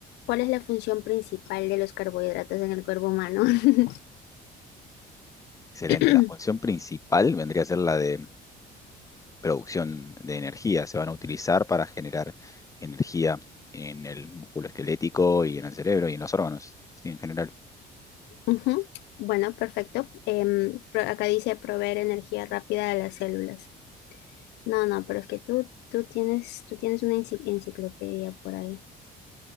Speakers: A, on the left (about 80°); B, on the left (about 20°).
A: ¿cuál es la función principal de los carbohidratos en el cuerpo humano? <coughs>
B: Excelente.
A: <laughs>
B: La función principal vendría a ser la de producción de energía. Se van a utilizar para generar energía en el músculo esquelético y en el cerebro y en los órganos, sí, en general.
A: Ujú, Bueno, perfecto. Em, pro- acá dice proveer energía rápida a las células. No, no, pero es que tú, tú tienes, tú tienes una enci- enciclopedia por ahí.